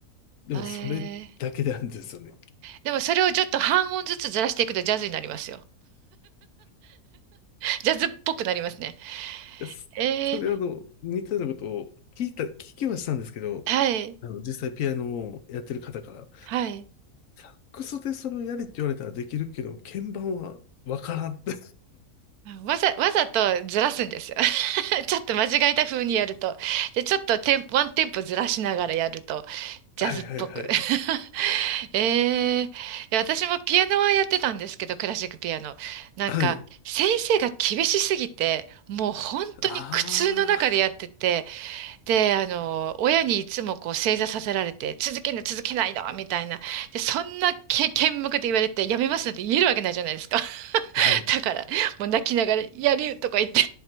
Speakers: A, on the left (about 65°); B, on the right (about 75°).
A: でもそれだけなんですよね。
B: えー。
A: い
B: でもそれをちょっと半音ずつずらしていくとジャズになりますよ。ジャズっぽくなりますね。
A: やそそれあの似たようなことを聞いた、
B: えー、
A: 聞きはしたんですけど、
B: はい、
A: あの実際ピアノをやってる方から
B: はい。
A: ックスでそれをやれって言われたらできるけど、鍵盤はわからんって。
B: わざ、わざとずらすんですよ。<laughs> ちょっと間違えた風にやると。で、ちょっとテンポ、ワンテンポずらしながらやると、ジャズっぽく。
A: <laughs> はいはいはい。
B: <laughs> えー、いや私もピアノはやってたんですけど、クラシックピアノ。なんか、
A: はい。
B: 先生が厳しすぎて、もう本当に苦痛の中でやってて、
A: あ
B: で、あの、親にいつもこう正座させられて、続けない続けないのみたいな。で、そんなけ、剣幕で言われて、やめますなんて言えるわけないじゃないですか。<laughs>
A: あ。はい。
B: だから、もう泣きながら、やるとか言って